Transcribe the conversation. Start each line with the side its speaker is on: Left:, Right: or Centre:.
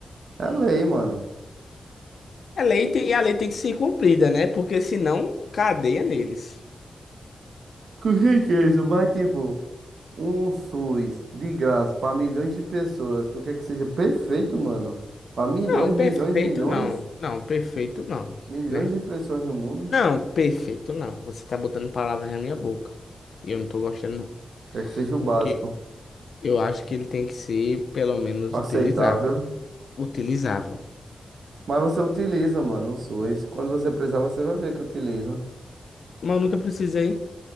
Right: a lei, mano.
Left: É lei tem- e a lei tem que ser cumprida, né? Porque senão, cadeia neles.
Right: O Que que é isso? Vai, tipo, um SUS de graça pra milhões de pessoas. Tu quer que seja perfeito, mano? Pra milhões,
Left: Não,
Right: milhões,
Left: perfeito
Right: milhões,
Left: não. Não, perfeito não,
Right: milhões
Left: né?
Right: de pessoas no mundo.
Left: Não, perfeito não. Você tá botando palavras na minha boca. E eu não tô gostando, não.
Right: Quer que seja o
Left: O
Right: básico,
Left: que eu acho que ele tem que ser, pelo menos,
Right: aceitável.
Left: utilizável. Utilizável.
Right: Mas você utiliza, mano, o SUS. Quando você precisar, você vai ver que utiliza.
Left: Mas eu nunca precisei.